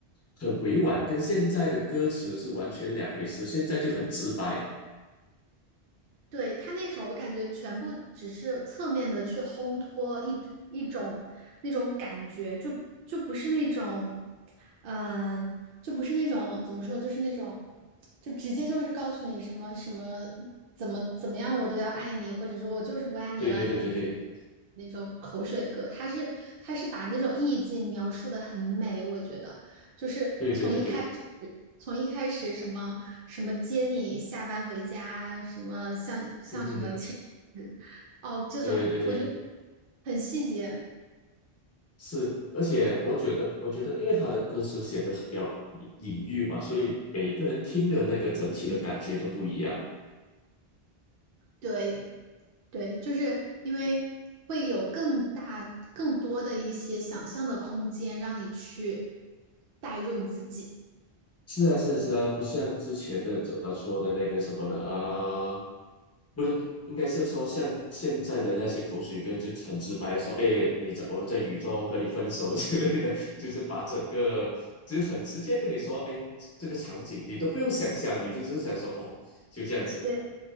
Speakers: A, on the left; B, on the right.
A: 很委婉，跟现在的歌词是完全两回事，现在就很直白。
B: 对，他那首，我感觉全部只是侧面的去烘托一一种那种感觉，就就不是那种，嗯、就不是那种怎么说，就是那种，就直接就是告诉你什么什么怎么怎么样，我都要爱你，或者说我就是不爱你了，
A: 对对对对对
B: 你那种口水歌，他是他是把那种意境描述的很美，我觉得。就是从一开始，
A: 对对对对，
B: 从一开始什么什么接你下班回家，什么像像什么亲，
A: 嗯哼，
B: 哦，这种我觉得
A: 对对对，
B: 很细节。
A: 是，而且我觉得，我觉得，因为他的歌词写的比较隐隐喻嘛，所以每个人听的那个整体的感觉都不一样。
B: 对对，就是因为会有更大、更多的一些想象的空间，让你去代入你自己。
A: 是啊，是啊，是啊，不像之前的怎么说的那个什么的啊，不是，应该是说像现在的那些口水歌，就很直白地说，哎，你在我在雨中和你分手 <laughs> 之类的，就是把整个，就是很直接跟你说，哎，这这个场景你都不用想象，你就只是想说，哦，就这样子。
B: 对